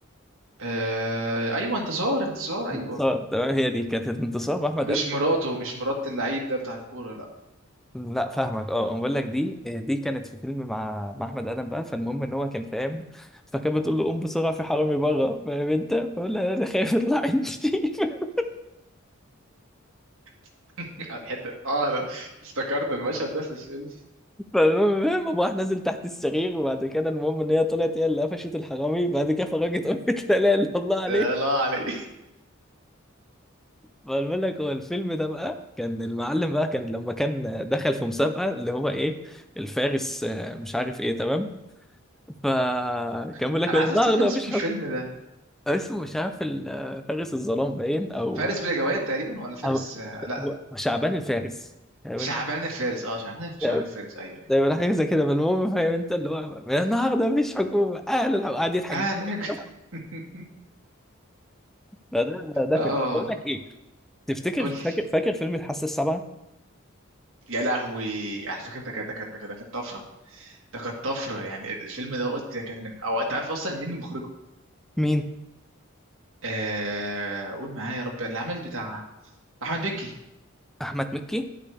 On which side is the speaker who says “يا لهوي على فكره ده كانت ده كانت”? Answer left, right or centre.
Right